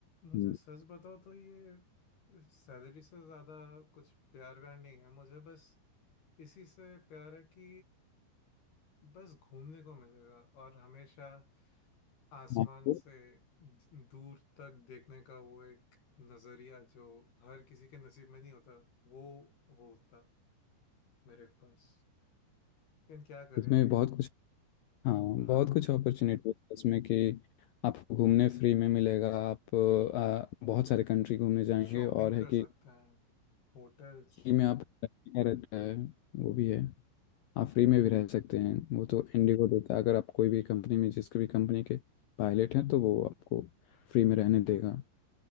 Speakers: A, on the left (about 55°); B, on the left (about 80°).
A: मुझे
B: हम्म,
A: सच बताओ तो ये सैलरी से ज्यादा कुछ प्यार व्यार नहीं है मुझे बस इसी से प्यार है कि बस घूमने को मिलेगा और हमेशा आसमान
B: आपको
A: से दूर तक देखने का वो एक नजरिया जो हर किसी के नसीब में नहीं होता वो वो होता मेरे पास लेकिन क्या करे
B: इसमें बहुत कुछ हाँ
A: हाँ
B: बहुत कुछ अपॉर्चुनिटी है इसमें कि आपको घूमने फ्री में मिलेगा आप आ, बहुत सारे कंट्री घूमने जाएंगे
A: शॉपिंग
B: और है
A: कर
B: कि
A: सकते हैं होटल्स
B: फ्री में आप रहता है वो भी है आप फ्री में भी रह सकते हैं वो तो इंडिगो देता है अगर आप कोई भी कंपनी में जिसकी भी कंपनी के पायलट हैं तो वो आपको फ्री में रहने देगा